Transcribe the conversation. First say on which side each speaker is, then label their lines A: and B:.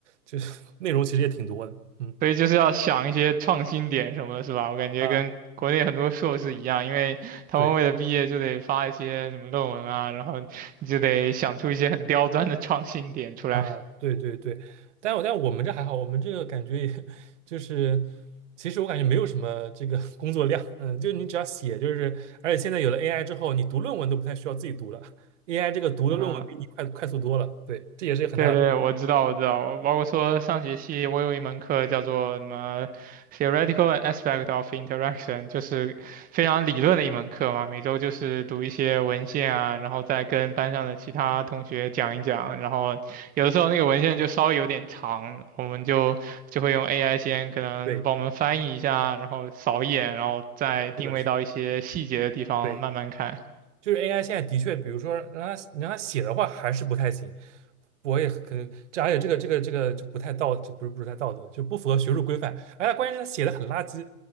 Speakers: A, on the right; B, on the right.
A: 就是 <laughs> 内容其实也挺多的。嗯
B: 所以就是要想一些创新点什么的，是吧？我感觉跟国内很多硕士一样，
A: 啊，
B: 因为他们为了毕业就得发一些什么论文啊，
A: 对
B: 然后你就得想出一些很刁钻的创新点出来
A: 啊，对对对，但我但我们这还好，我们这个感觉也 <laughs> 就是其实我感觉没有什么这个 <laughs> 工作量，嗯，就是你只要写，就是而且现在有了 AI 之后，你读论文都不太需要自己读了，AI 这个读的论文比你快快速多了。
B: 啊
A: 对，这也是一个很大的。
B: 对对，我知道，我知道，包括说上学期我有一门课叫做什么 Theoretical Aspect of Interaction，就是非常理论的一门课嘛。每周就是读一些文献啊，然后再跟班上的其他同学讲一讲。然后有的时候那个文献就稍微有点长，我们就就会用 AI 先可能帮我们翻译一下，
A: 对，
B: 然后扫一眼，然后再定位到一些细节的地方慢慢看。
A: 是的，是的，对。就是 AI 现在的确，比如说让他你让他写的话还是不太行，我也可能这而且这个这个这个就不太道，就不是不是太道德，就不符合学术规范。而且关键是他写的很垃圾，